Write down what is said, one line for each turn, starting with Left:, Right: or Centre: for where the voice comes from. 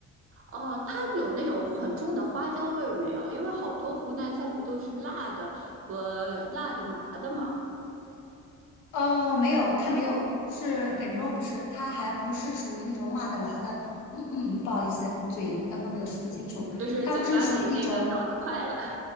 Right: 哦，它有那种很重的花椒味儿没有？因为好多湖南菜不都是辣的和辣的麻的嘛，
Left: 哦，没有，它没有，就是粉蒸肉不是，它还不是属于那种麻的辣的，嗯嗯，不好意思，嘴刚刚没有说清楚，
Right: 就是嘴巴比那个脑子快了。
Left: 它不是属于那种。